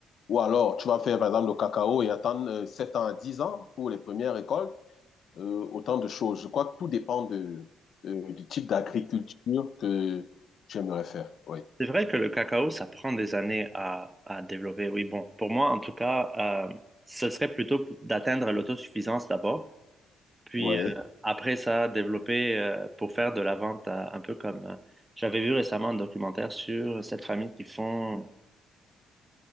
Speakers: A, on the left; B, on the right.
A: Ou alors, tu vas faire, par exemple, le cacao et attendre euh, 7 ans à 10 ans pour les premières récoltes. Euh, autant de choses. Je crois que tout dépend de, euh, du type d'agriculture que tu aimerais faire. Oui.
B: C'est vrai que le cacao, ça prend des années à, à développer. Oui, bon, pour moi, en tout cas, euh, ce serait plutôt d'atteindre l'autosuffisance d'abord. Puis
A: Oui.
B: euh, après ça, développer euh, pour faire de la vente euh, un peu comme euh, j'avais vu récemment un documentaire sur cette famille qui font